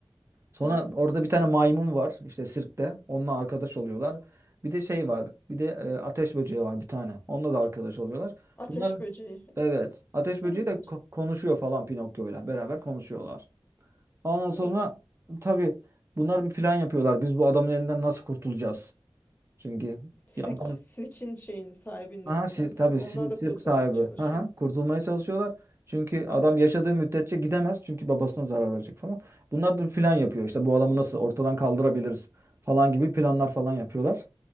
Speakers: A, on the right (about 30°); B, on the left (about 20°).
A: Sonra
B: Hı hı.
A: orada bir tane maymun var işte sirkte. Onunla arkadaş oluyorlar. Bir de şey var. Bir de e, ateş böceği var bir tane. Onunla da arkadaş oluyorlar.
B: Ateş
A: Bunlar
B: böceği.
A: evet. Ateş
B: İlginç.
A: böceği de ko- konuşuyor falan Pinokyo'yla beraber konuşuyorlar. Ondan sonra
B: Hmm.
A: tabii bunlar bir plan yapıyorlar. Biz bu adamın elinden nasıl kurtulacağız? Çünkü
B: Sirk,
A: ya adam
B: sirkin şeyin sahibinin
A: Aha,
B: elinden
A: si tabii
B: değil mi? Onlar
A: si-
B: da
A: sirk
B: kurtulmaya
A: sahibi.
B: çalışıyor.
A: Aha, kurtulmaya çalışıyorlar. Çünkü adam yaşadığı müddetçe gidemez. Çünkü babasına zarar verecek falan. Bunlar da bir plan yapıyor. İşte bu adamı nasıl ortadan kaldırabiliriz falan gibi planlar falan yapıyorlar.